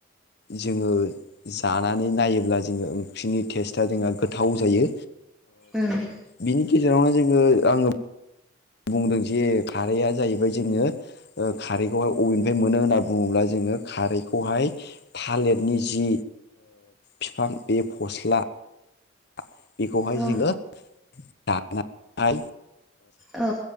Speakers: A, on the left; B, in the centre.
A: जोङो जानानै नायोब्ला जोङो ओंख्रिनि टेस्टआ जोंहा गोथाव जायो
B: ओं
A: बिनि गेजेरावनो जोङो आङो बुंदों जे खारैआ जाहैबाय जोङो खारैखौहाय अभेननिफ्राय मोनो होनना बुङोब्ला जों नोङो खारैखौहाय थालिरनि जि बिफां बे फस्ला बेखौहाय
B: औ
A: जोङो दानानै
B: औ।